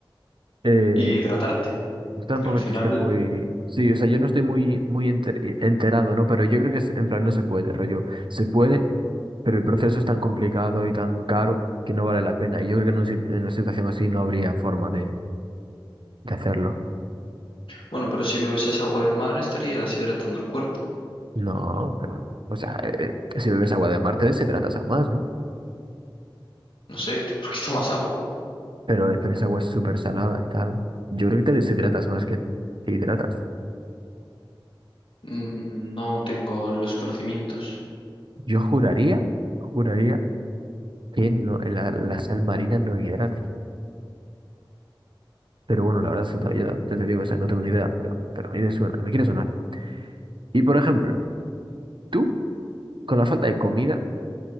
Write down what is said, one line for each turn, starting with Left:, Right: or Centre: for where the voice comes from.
Right: Eh,
Left: y hidratarte.
Right: Yo tampoco
Left: Porque al
Right: es
Left: final,
Right: que esté muy... Sí, o sea, yo no estoy muy, muy enter- eh, enterado, ¿no? Pero yo creo que es, en plan no se puede, rollo. Se puede, pero el proceso es tan complicado y tan caro que no vale la pena. Y yo creo que en, un sit- en una situación así no habría forma de, de hacerlo.
Left: bueno, pero si bebes esa agua del mar estarías hidratando el cuerpo.
Right: No, que va. O sea, eh, eh, si bebes agua de mar te deshidratas aún más, ¿no?
Left: No sé, ¿por qué tomas agua?
Right: Pero, eh, pero esa agua es súper salada y tal. Yo creo que te deshidratas más que te hidratas.
Left: Mm, No tengo los conocimientos.
Right: Yo juraría, juraría que no, la, la sal marina no hidrata. Pero bueno, la verdad es que todavía, ya te digo, o sea, no tengo ni idea, pero, pero a mí me suena, me quiere sonar. Y por ejemplo, tú, con la falta de comida,